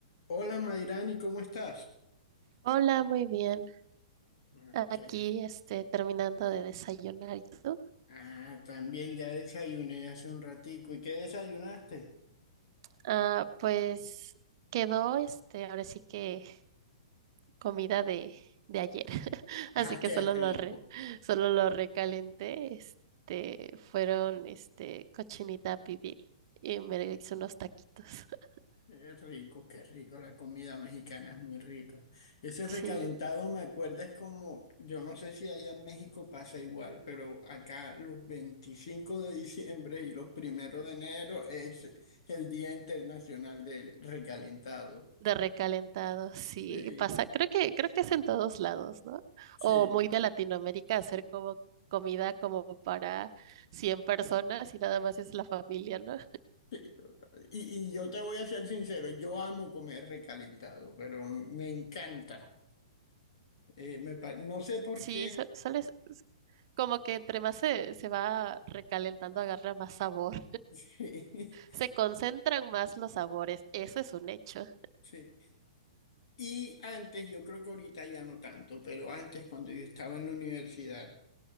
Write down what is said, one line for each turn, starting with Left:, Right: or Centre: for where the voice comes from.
Left: Hola Mayrani, ¿cómo estás?
Right: Hola, muy bien.
Left: Ah, ¿qué?
Right: Aquí, este, terminando de desayunar y tú.
Left: Ah, también ya desayuné hace un ratico. ¿Y qué desayunaste? <laughs>
Right: Ah, pues quedó, este, ahora sí que comida de, de ayer. <laughs> Así
Left: Ah,
Right: que
Left: qué
Right: solo
Left: rico.
Right: lo re, solo lo recalenté. Este, fueron, este, cochinita pibil y me hice unos taquitos. <laughs>
Left: Qué rico, qué rico. La comida mexicana es muy rica. Ese
Right: Sí.
Left: recalentado me acuerda es como, yo no sé si allá en México pasa igual, pero acá los 25 de diciembre y los primeros de enero es el Día Internacional del Recalentado.
Right: De recalentado, sí,
Left: Sí,
Right: pasa, creo que, creo que es en todos lados, ¿no?
Left: sí.
Right: O muy de Latinoamérica hacer como comida como para 100 personas y nada más es la familia, ¿no?
Left: sí. Y, y yo te voy a ser sincero, yo amo comer recalentado, pero me encanta. Eh, me pa- no sé por
Right: Sí,
Left: qué.
Right: su- suele, s- s- como que entre más se, se va recalentando, agarra más sabor,
Left: <laughs>
Right: se concentran más los sabores, eso es un hecho.
Left: Sí. Y antes, yo creo que ahorita ya no tanto, pero antes cuando yo estaba en la universidad,